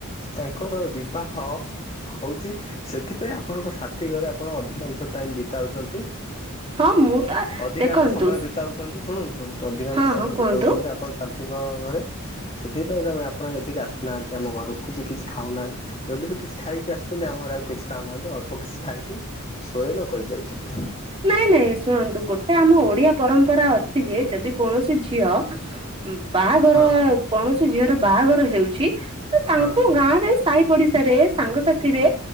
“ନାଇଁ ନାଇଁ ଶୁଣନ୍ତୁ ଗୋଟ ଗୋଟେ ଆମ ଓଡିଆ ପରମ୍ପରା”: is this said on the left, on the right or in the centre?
Right